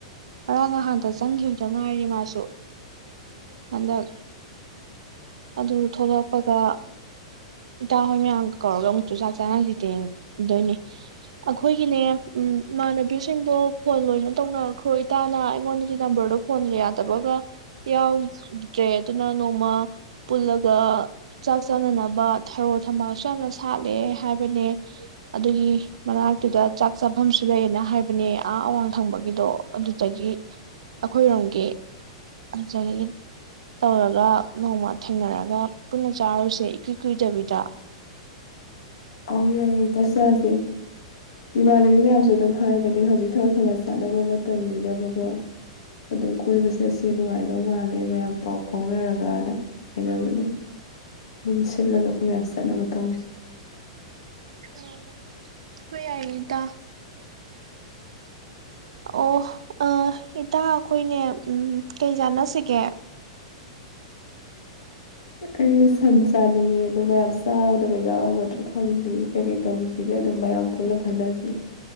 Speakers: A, on the right (about 85°); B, on the left (about 75°).
A: ꯉꯔꯥꯡ ꯅꯍ ꯜꯇ ꯆꯪꯈꯤꯕ... ꯆꯉꯥꯏꯔꯤ ꯃꯥꯁꯨ ꯍꯟꯗꯛ ꯑꯗꯨ ꯊꯣꯛꯂꯛꯄꯒ ꯏꯇꯥ ꯍꯣꯏ ꯃꯌꯥꯝ ꯀꯧꯔꯒ ꯑꯃꯨꯛꯁꯨ ꯁꯥꯦ ꯆꯉꯇꯦ ꯗꯣꯏꯅꯤ ꯑꯩꯈꯣꯏꯒꯤꯅꯦ ꯎꯝ ꯃꯥꯅ ꯏꯨꯁꯤꯡꯗꯣ ꯐꯣꯟ ꯂꯣꯏꯅ ꯇꯧꯅꯔꯈ꯭ꯔꯣꯏ ꯏꯇꯥꯅ ꯑꯩꯉꯣꯟꯗꯗꯤ ꯅꯝꯕꯔꯗꯣ ꯐꯣꯟ ꯌꯥꯗꯕꯒ ꯌꯥꯎꯗ꯭ꯔꯦ ꯑꯗꯨꯅ ꯅꯣꯡꯃ ꯄꯨꯜꯂꯒ ꯆꯥꯛ ꯆꯥꯅꯅꯕ ꯊꯔꯣ ꯊꯝꯕꯥꯜꯁꯨ ꯌꯥꯝꯅ ꯁꯥꯠꯂꯦ ꯍꯥꯏꯕꯅꯦ ꯑꯗꯨꯒꯤ ꯃꯅꯥꯛꯇꯨꯗ ꯆꯥꯛ ꯆꯥꯐꯝꯁꯨ ꯂꯩꯌꯦꯅ ꯍꯥꯏꯕꯅꯦ ꯑꯥ ꯑꯋꯥꯡ ꯊꯪꯕ ꯒꯤꯗꯣ ꯑꯗꯨꯗꯒꯤ ꯑꯩꯈꯣꯏꯔꯣꯝꯒꯤ ꯑꯟꯆꯩꯌꯦ ꯇꯧꯔꯒ ꯅꯣꯡꯃ ꯊꯦꯡꯅꯔ ꯋꯥꯛ ꯄꯅ ꯆꯥꯂꯁꯦꯗꯕꯤ ꯇ
B: ꯑꯧ ꯌꯥꯏꯌꯦ ꯆꯥꯁꯦ ꯏꯃꯥꯟꯅꯕꯤ ꯃꯌꯥꯝꯁꯨ ꯑꯗꯨꯝ ꯍꯥꯏꯕꯅꯦ ꯍꯧꯖꯤꯛ ꯊꯔꯣ ꯊꯝꯕꯥꯜ ꯁꯥꯠꯅꯕ ꯃꯇꯝꯅꯤꯅꯕꯀꯣ ꯑꯗꯨꯝ ꯀꯣꯏꯕ ꯆꯠꯁꯦ ꯅꯨꯡꯉꯥꯏꯗꯧ ꯃꯥꯜꯂꯦ ꯃꯌꯥꯝ ꯄꯥꯎ ꯐꯥꯎꯅꯔꯒꯅ ꯍꯥꯏꯅꯕꯅꯦ ꯑꯗꯨꯝ ꯁꯤꯜꯂꯒ ꯑꯩꯈꯣꯏ ꯃꯌꯥꯝ ꯆꯠꯅꯕ ꯇꯧꯁꯤ
A: ꯑꯝ ꯍꯣꯏ ꯌꯥꯏꯌꯦ ꯏꯇꯥ ꯑꯣ ꯑ ꯏꯇꯥ ꯑꯈꯣꯏꯅꯦ ꯎꯝ ꯀꯩ ꯆꯥꯟꯅꯁꯤꯒꯦ
B: ꯑꯩ ꯁꯟ ꯆꯥꯅꯤꯡꯉꯦ ꯑꯗꯨ ꯃꯌꯥꯝ ꯆꯥꯗꯕ ꯌꯥꯎꯔꯝꯒꯗ꯭ꯔꯥ ꯈꯪꯗꯦ ꯀꯩꯀꯩ ꯇꯧꯁꯤꯒꯦ ꯑꯗꯨꯝ ꯃꯌꯥꯝ ꯄꯨꯜꯂ ꯈꯟꯅꯁꯤ